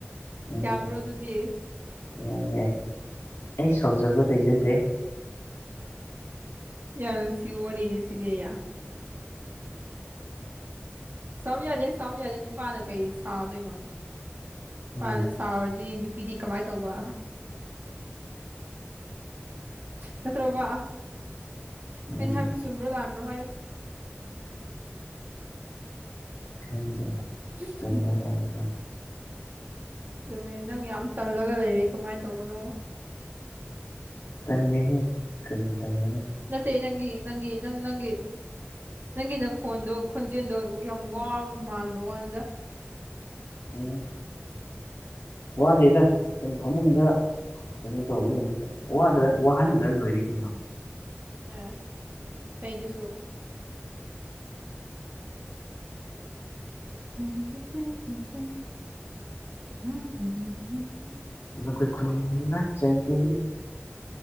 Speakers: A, on the left; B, on the right.
A: ꯎꯝ
B: ꯌꯥꯕ꯭ꯔꯣ ꯑꯗꯨꯗꯤ
A: ꯌꯥꯏ ꯑꯩ ꯁꯥꯎꯖꯕ ꯂꯩꯩꯖꯗꯦ
B: ꯌꯥꯝ ꯅꯨꯡꯁꯤꯕ ꯋꯥꯔꯤꯅꯤ ꯁꯤꯗꯤ ꯌꯥꯝ ꯁꯥꯎ ꯌꯥꯗꯦ ꯁꯥꯎ ꯌꯥꯗꯦ ꯅꯨꯄꯥꯅ ꯀꯩꯁꯨ ꯁꯥꯎꯗꯣꯏꯅꯣ ꯅꯨꯄꯥꯅ
A: ꯎꯝ
B: ꯁꯥꯎꯔꯗꯤ ꯅꯨꯄꯤꯗꯤ ꯀꯃꯥꯏꯅ ꯇꯧꯕ ꯅꯠꯇ꯭ꯔꯕ
A: ꯎꯝ
B: ꯑꯩꯅ ꯍꯥꯏꯕ ꯆꯨꯝꯕ꯭ꯔꯣ ꯂꯥꯥꯟꯕ꯭ꯔꯣ ꯍꯥꯏꯌꯨ
A: ꯆꯨꯝꯃꯦ
B: ꯑꯗꯨꯅꯦ
A: ꯌꯥꯝꯅꯥ
B: ꯑꯗꯨꯅꯦ ꯅꯪ ꯌꯥꯝ ꯇꯜꯂꯒ ꯂꯩꯔꯦ ꯀꯃꯥꯏꯅ ꯇꯧꯕꯅꯣ
A: ꯇꯟꯗꯦꯍꯦ ꯀꯔꯤ ꯇꯟꯗꯣꯏꯅꯣ
B: ꯅꯠꯇꯦ ꯅꯪꯒꯤ ꯅꯪꯒꯤ ꯅꯪ ꯅꯪꯒꯤ ꯅꯪꯒꯤ ꯅꯈꯣꯟꯗꯣ ꯈꯣꯟꯖꯦꯜꯗꯣ ꯌꯥꯝ ꯋꯥꯕ ꯃꯥꯟꯕ ꯋꯥꯅꯤꯗ
A: ꯎꯝ ꯋꯥꯗꯦꯗ ꯁꯨꯝ ꯐꯃꯨꯡꯗ ꯀꯩꯅꯣ ꯇꯧꯕꯒꯅꯤꯗ ꯋꯥꯍꯟꯗ꯭ꯔ ꯂꯣꯏꯔꯦ ꯀꯩꯅꯣ
B: ꯑ ꯀꯩꯗꯁꯨ <unintelligible>
A: ꯈꯣꯏ ꯈꯨꯟꯗ ꯂꯛꯆꯥꯒꯦ